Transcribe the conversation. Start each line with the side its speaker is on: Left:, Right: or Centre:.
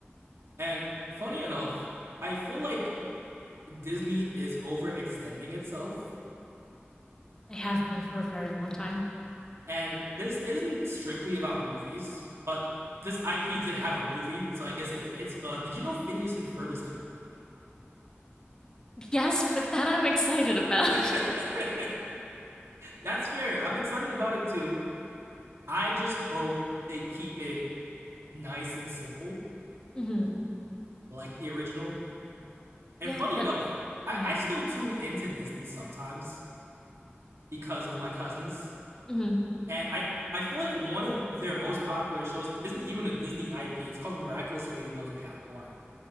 Right: And funny enough, I feel like Disney is overextending itself
Left: They have been for a very long time.
Right: And this isn't strictly about movies, but this IP did have a movie, so I guess it fits. But did you know Phineas and Ferb is coming back?
Left: Yes, but that I'm excited about.
Right: <laughs> That's fair. I'm excited about it too. I just hope they keep it nice and simple,
Left: <laughs> hmm
Right: like the original. And
Left: Yeah,
Right: funny
Left: but
Right: enough, I,
Left: go ahead.
Right: I still tune into Disney sometimes because of my cousins.
Left: hmm
Right: And I, I feel like one of their most popular shows isn't even a Disney IP. It's called Miraculous Ladybug and Count Noir.